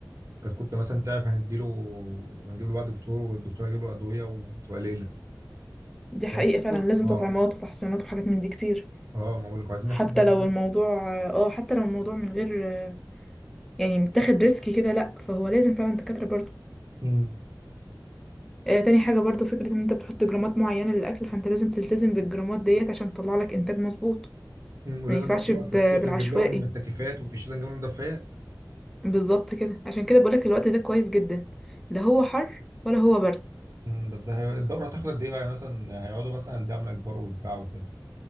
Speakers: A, on the right; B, in the centre.
A: الكتكوت ده مثلا تعب هنديله هنجيب له بقى دكتور والدكتور هيجيب له أدوية وتبقى ليلة
B: دي حقيقه
A: وعايزين برضه
B: فعلا لازم
A: اه
B: تطعيمات وتحصينات وحاجات من دي كتير
A: اه ما بقولك عايزين
B: حتى
A: نحسب برضه
B: لو الموضوع
A: ايه
B: اه حتى لو الموضوع من غير آه، يعني متاخد ريسك كده لا فهو لازم فعلا دكاترة برضو
A: امم
B: آه تاني حاجة برضو فكرة ان انت بتحط جرامات معينة للأكل فانت لازم تلتزم بالجرامات ديت عشان تطلع لك انتاج مظبوط
A: مم، ولازم
B: ما ينفعش
A: برضه
B: ب-
A: بقى في
B: بالعشوائي
A: الصيف نجيب لهم التكييفات وفي الشتاء نجيب لهم دفايات
B: بالظبط كده عشان كده بقولك الوقت ده كويس جدا لا هو حر ولا هو برد
A: مم، بس هي- الدورة هتاخد قد ايه بقى يعني مثلا هيقعدوا مثلا قد ايه عم يكبروا ويتباعوا كده